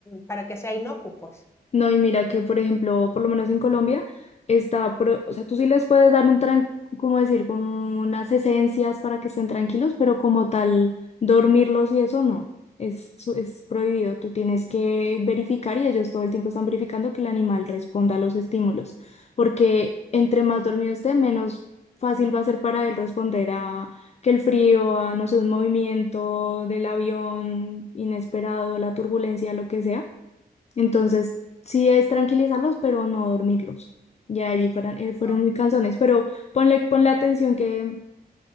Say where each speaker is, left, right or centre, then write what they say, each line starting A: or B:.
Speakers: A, on the left; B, on the left.
A: para que sea inocuo, pues.
B: No, y mira que, por ejemplo, por lo menos en Colombia, está, pro- o sea, tú sí les puedes dar un, tran como decir, como unas esencias para que estén tranquilos, pero como tal, dormirlos y eso no, es, su- es prohibido. Tú tienes que verificar y ellos todo el tiempo están verificando que el animal responda a los estímulos, porque entre más dormido esté, menos fácil va a ser para él responder a que el frío, a, no sé, un movimiento del avión inesperado, la turbulencia, lo que sea. Entonces, sí es tranquilizarlos, pero no dormirlos. Ya allí fueran, eh, fueron
A: Ah,
B: muy cansones, pero ponle, ponle atención que